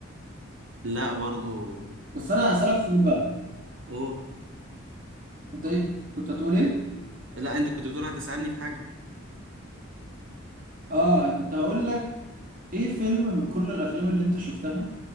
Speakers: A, on the right; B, on the right.
A: لا برضو
B: بس انا اسالك سؤال بقى
A: اوه
B: انت ايه كنت هتقول ايه
A: لا انت كنت بتقول هتسألني في حاجة
B: اه كنت هقول لك ايه فيلم من كل الافلام اللي انت شفتها